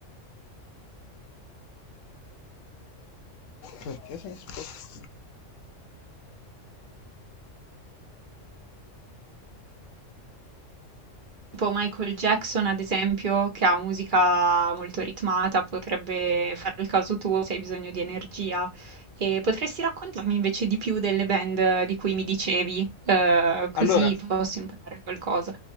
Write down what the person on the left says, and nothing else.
Perché se mi sposto?
Allora,